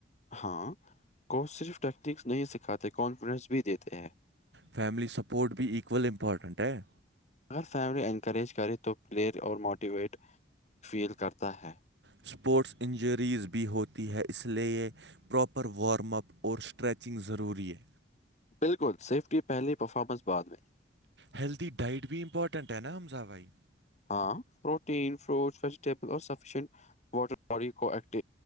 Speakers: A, on the left (about 40°); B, on the right (about 70°).
A: ہاں کو صرف ٹیکنکس نہیں سکھاتے کانفیڈنس بھی دیتے ہیں
B: فیملی سپورٹ بھی ایکوول امپورٹنٹ ہے
A: اگر فیملی انکریج کرے تو پلیئر اور موٹیویٹ فیل کرتا ہے
B: اسپورٹس انجریز بھی ہوتی ہے اس لیے پراپر پر وارم اپ اور اسٹریچنگ ضروری ہے
A: بالکل سیف کی پہلی پرفارمنس بعد میں
B: ہیلدی ڈائٹ بھی امپورٹنٹ ہے نا حمزا بھائی
A: ہاں پروٹین فروٹس ویجیٹیبل اور سفیشنٹ ووٹر باڈی کو ایک